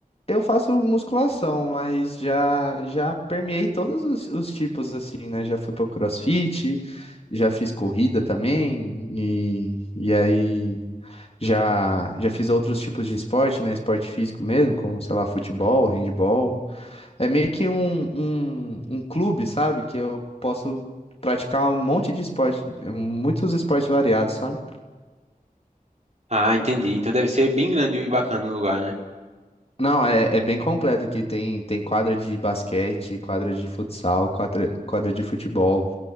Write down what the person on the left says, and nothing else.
Eu faço musculação, mas já, já permeei todos os, os tipos, assim, né? Já fui pro CrossFit, já fiz corrida também. E, e aí. Já, já fiz outros tipos de esporte, né? Esporte físico mesmo, como, sei lá, futebol, handball. É meio que um, um, um clube, sabe? Que eu posso praticar um monte de esporte, muitos esportes variados, sabe?
Não, é, é bem completo aqui. Tem, tem quadra de basquete, quadra de futsal, quadra, quadra de futebol,